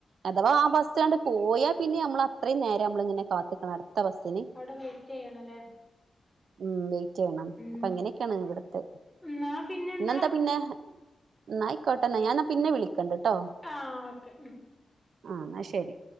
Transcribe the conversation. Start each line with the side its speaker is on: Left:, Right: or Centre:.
Right: അഥവാ ആഹ് ബസ്സാണ്ട് പോയാൽ പിന്നെ നമ്മള് അത്രയും നേരം നമ്മള് ഇങ്ങനെ കാത്ത്ക്കണം അടുത്ത ബസ്സിന്.
Centre: അഒടെ വെയിറ്റ് യ്യണം ല്ലേ?
Right: ഉം വെയിറ്റ് യ്യണം അപ്പ
Centre: ഉം
Right: അങ്ങനെക്കെയാണ് ഇവിടുത്തെ.
Centre: എന്നാ പിന്നെന്താ
Right: ഇന്നെന്താ പിന്നെ? ഇന്നാ അയിക്കോട്ടെന്നെ ഞാൻ ന്നാ പിന്നെ വിളിക്കണ്ട് ട്ടോ.
Centre: ആഹ് ഓക്കെ
Right: ആഹ് ന്നാ ശരി